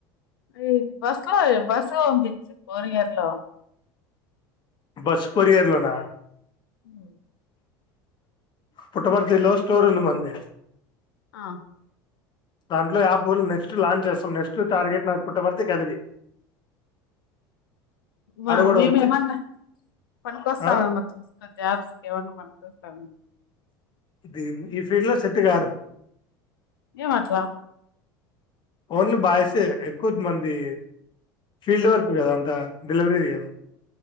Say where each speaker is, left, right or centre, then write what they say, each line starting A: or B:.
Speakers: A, on the left; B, on the left.
A: అ బస్ లో బస్సులో పంపించు కొరియర్ లో
B: బస్ కొరియర్ లోన
A: హ్మ్మ్
B: పుట్టపర్తి లో స్టోర్ ఉంది మంది
A: ఆ
B: దాంట్లో యాప్ నెక్స్ట్ లాంచ్ చేస్తాం నెక్స్ట్ టార్గెట్ నా పుట్టబర్తే కేటగిరి
A: వావ్
B: కూడా
A: మేము
B: వచ్చి
A: ఏమన్నా పనుకొస్తామ
B: ఆ
A: యాప్ కి ఎవన్నా పనుకోస్తామ
B: దిన్ ఈ ఫీల్డ్ లో సెట్ కారు
A: ఎమ్ అట్లా
B: ఓన్లీ బాయ్స్ ఎక్కువ మంది ఫీల్డ్ వర్క్ కదా అంతా డెలివరీ చేయాలా